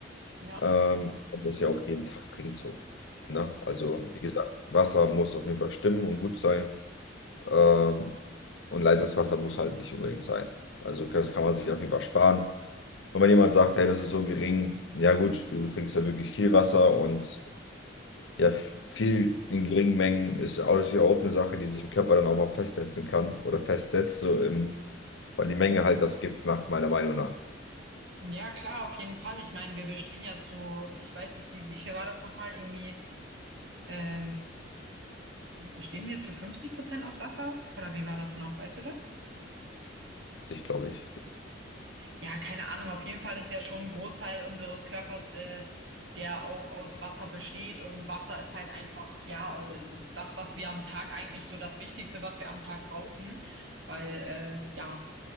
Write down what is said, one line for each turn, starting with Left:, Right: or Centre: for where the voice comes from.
Right: Ja.
Left: Ähm, und das ist ja auch jeden Tag trinkt so. Ne? Also, wie gesagt, Wasser muss auf jeden Fall stimmen und gut sein. Ähm, und Leitungswasser muss halt nicht unbedingt sein. Also, das kann man sich auf jeden Fall sparen. Und wenn jemand sagt, hey, das ist so gering, ja gut, du trinkst ja wirklich viel Wasser und ja, f- viel in geringen Mengen ist auch- natürlich auch eine Sache, die sich im Körper dann auch mal festsetzen kann oder festsetzt, so im, weil die Menge halt das Gift macht, meiner Meinung nach.
Right: Ja, klar, auf jeden Fall. Ich meine, wir bestehen ja zu, ich weiß nicht, wie, wie viel war das nochmal? Irgendwie, äh, bestehen wir zu 50 Prozent aus Wasser? Oder wie war das noch? Weißt du das?
Left: Sich, glaube ich.
Right: Ja, keine Ahnung. Auf jeden Fall ist ja schon ein Großteil unseres Körpers, äh, der auch aus Wasser besteht. Und Wasser ist halt einfach, ja, äh, das, was wir am Tag eigentlich so das Wichtigste, was wir am Tag brauchen. Weil, äh, ja,